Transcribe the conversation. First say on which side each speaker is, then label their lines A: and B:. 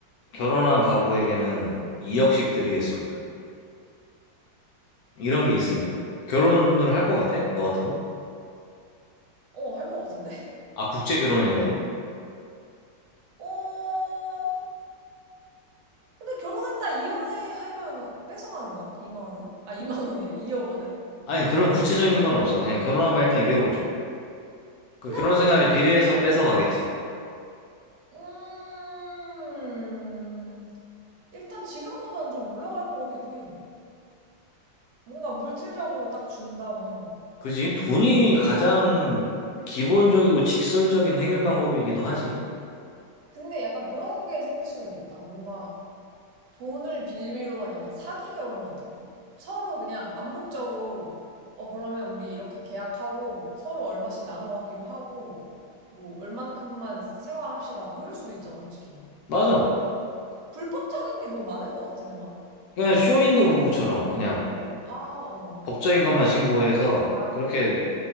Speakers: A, on the left; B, on the right.
A: 결혼한 가구에게는 2억씩 드리겠습니다 이런 게 있으면 결혼을 할 것 같아? 너 같아도?
B: 어 할 것 같은데
A: 아, 국제 결혼이라도?
B: <laughs> 어 근데 결혼했다 이혼해 하면 뺏어가는 거야? 2만 원을? 아 2만 원이래 2억 원을?
A: 아니, 그런 구체적인 건 없어. 그냥 결혼하면 일단 2억을 줘. 그
B: 그러면
A: 결혼 생활에
B: 좀
A: 비례해서 뺏어가겠지.
B: 음, 일단 지금보다는 좀 올라갈 것 같기도 해. 뭔가 물질적으로 딱 준다고 하면.
A: 그지? 돈이 가장 기본적이고 직설적인 해결 방법이기도 하지.
B: 근데 약간 그런 게 생길 수도 있겠다. 뭔가 돈을 빌미로 한 약간 사기 결혼 같은 거? 서로 그냥 암묵적으로, 어, 그러면 우리 이렇게 계약하고 서로 얼마씩 나눠 갖기로 하고, 뭐, 얼만큼만 생활합시다. 뭐 이럴 수도 있잖아, 솔직히.
A: 맞아.
B: 불법적인 게 너무 많을 것 같은데, 막?
A: 그냥 쇼윈도 부부처럼 그냥
B: 어, 아, 어.
A: 법적인 것만 신고해서
B: 아,
A: 그렇게